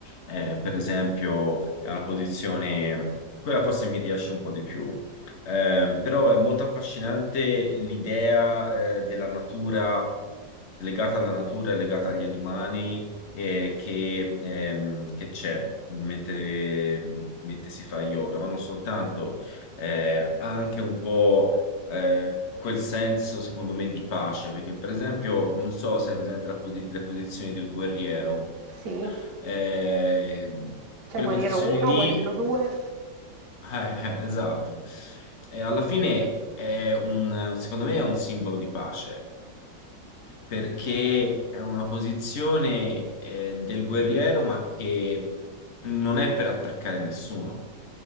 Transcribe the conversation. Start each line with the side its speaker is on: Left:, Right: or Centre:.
Left: eh, per esempio, è una posizione, quella forse mi riesce un po' di più. Eh, però è molto affascinante l'idea, eh, della natura, legata alla natura e legata agli animali eh, che, ehm, che c'è mentre, mentre si fa yoga, ma non soltanto, eh, ha anche un po' eh, quel senso, secondo me, di pace, perché per esempio, non so se è presente la, posi- le posizioni del guerriero,
Right: sì,
Left: eh,
Right: c'è
Left: quelle
Right: guerriero
Left: posizioni
Right: 1,
Left: lì,
Right: guerriero 2.
Left: <laughs> eh, eh, esatto, Eh, alla fine è un, secondo me è un simbolo di pace perché è una posizione eh, del guerriero, ma che non è per attaccare nessuno.